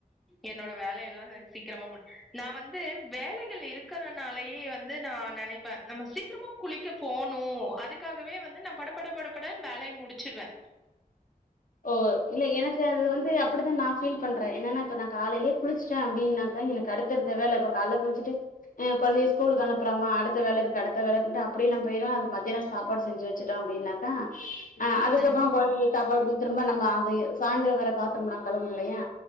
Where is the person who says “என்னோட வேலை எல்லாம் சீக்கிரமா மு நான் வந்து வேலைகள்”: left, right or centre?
Centre